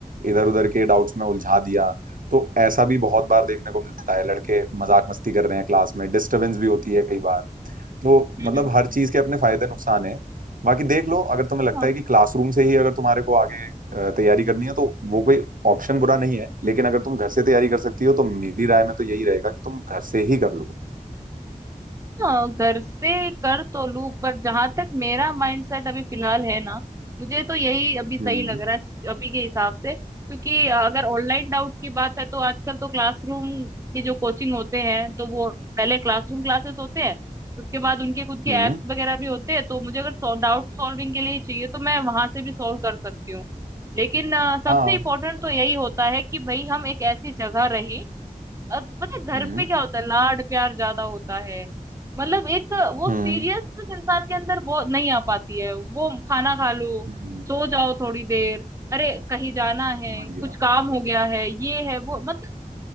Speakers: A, on the right; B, on the right.
A: इधर उधर के डाउट्स में उलझा दिया तो ऐसा भी बहुत बार देखने को मिलता है लड़के मजाक मस्ती कर रहे हैं क्लास में डिस्टरबेंस भी होती है कई बार वो
B: हम्म
A: मतलब
B: हम्म
A: हर चीज के अपने फायदे नुकसान है बाकी देख लो अगर तुम्हें लगता
B: हाँ।
A: है कि क्लासरूम से ही अगर तुम्हारे को आगे अ, तैयारी करनी है तो वो कोई ऑप्शन बुरा नहीं है लेकिन अगर तुम घर से तैयारी कर सकती हो तो मेरी राय में तो यही रहेगा कि तुम घर से ही कर लो
B: हाँ घर से कर तो लूँ पर जहां तक मेरा माइंडसेट अभी फिलहाल है ना मुझे तो यही अभी सही
A: हम्म
B: लग रहा है सिच- अभी के हिसाब से क्योंकि अगर ऑनलाइन डाउट की बात है तो आजकल तो क्लासरूम की जो कोचिंग होते हैं तो वो पहले क्लासरूम क्लासेस होते हैं उसके बाद उनके खुद के
A: हम्म
B: एप्स वगैरह भी होते हैं तो मुझे अगर डाउट सॉल्विंग के लिए चाहिए तो मैं वहां से भी सॉल्व कर सकती हूँ लेकिन अ, सबसे
A: हाँ
B: इम्पोर्टेंट तो यही होता है कि भाई हम एक ऐसी जगह रहें अब पता है
A: हम्म
B: घर पे क्या होता है लाड प्यार ज्यादा होता है मतलब एक वो
A: हम्म
B: सीरियसनेस इंसान के अंदर वो नहीं आ पाती है वो खाना खा लो
A: हम्म
B: सो जाओ थोड़ी देर अरे कहीं जाना है
A: समझ गया
B: कुछ काम हो गया है ये है वो मतलब